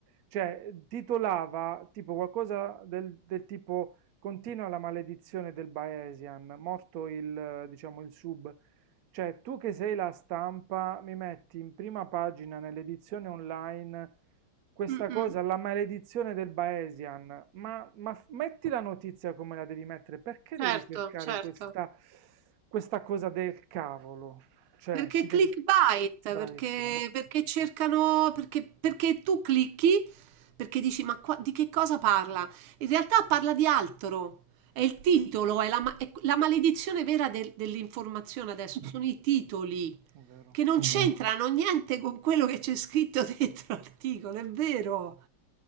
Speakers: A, on the right; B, on the right.
A: Cioè, titolava tipo qualcosa del, del tipo Continua la maledizione del Baesian, morto il, eh, diciamo, il sub. Cioè, tu che sei la stampa, mi metti in prima pagina nell'edizione online questa
B: Mm, mm,
A: cosa, la maledizione del Baesian. Ma, ma f- metti la notizia come la devi mettere, perché devi
B: certo,
A: cercare
B: certo.
A: questa, questa cosa del cavolo? Cioè,
B: Perché
A: ci
B: clickbait,
A: devi... Bravissima,
B: perché perché cercano perché perché tu clicchi, perché dici: "Ma qua di che cosa parla?" In realtà parla di altro. È il titolo, è la ma è q la maledizione vera del dell'informazione adesso sono i titoli,
A: è vero.
B: che non Mh-mh. c'entrano niente con quello che c'è scritto <laughs> dentro l'articolo, è vero.